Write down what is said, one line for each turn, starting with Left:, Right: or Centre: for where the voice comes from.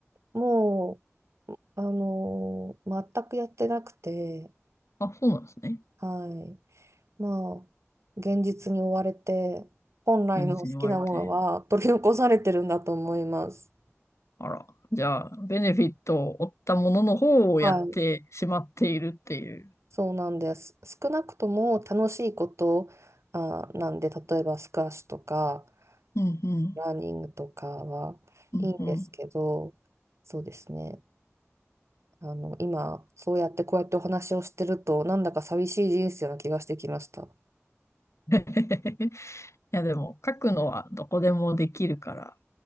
Right: もうあのー全くやってなくて、
Left: あ、そうなんですね。
Right: はい。まあ、現実に追われて、本来の好きなものは取り残されてるんだと思います。
Left: ベネツに追われて。あら。じゃあ、ベネフィットを負ったものの方をやってしまっているっていう。
Right: はい。そうなんです。少なくとも楽しいこと、あ、なんで、例えばスカッシュとか、
Left: うんうん。
Right: ラーニングとかはいいんですけど、
Left: うんうん。
Right: そうですね。あの、今、そうやってこうやってお話をしてると、なんだか寂しい人生な気がしてきました。
Left: <laughs> いや、でも、書くのはどこでもできるから、